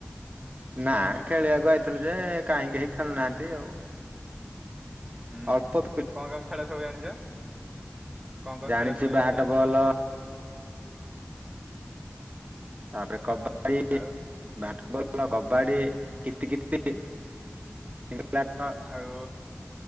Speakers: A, on the right; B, on the right.
A: ନା ଖେଳିବାକୁ ଆଇଥିଲୁ ଯେ କାହିଁ କେହି ଖେଳୁନାହାନ୍ତି ଆଉ।
B: ହୁଁ
A: ଅଳପ
B: କଣ କଣ ଖେଳ ସବୁ ଜାଣିଛ? କଣ କଣ
A: ଜାଣିଛି
B: ଖେଳ ସବୁ
A: ବ୍ୟାଟ
B: ଜାଣିଛ?
A: ବଲ ତାପରେ କବାଡି
B: ଆଉ
A: ବ୍ୟାଟବଲ୍ କବାଡି
B: ହୁଁ
A: କିତି କିତି <unintelligible>
B: ଆଉ